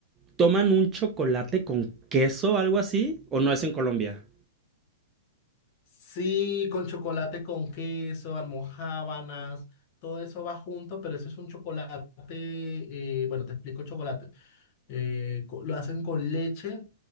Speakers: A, on the right; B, on the left.
A: toman un chocolate con queso, algo así, o no es en Colombia.
B: Sí, con chocolate con queso, almojábanas, todo eso va junto, pero ese es un chocolate, eh, bueno, te explico el chocolate. eh, co- lo hacen con leche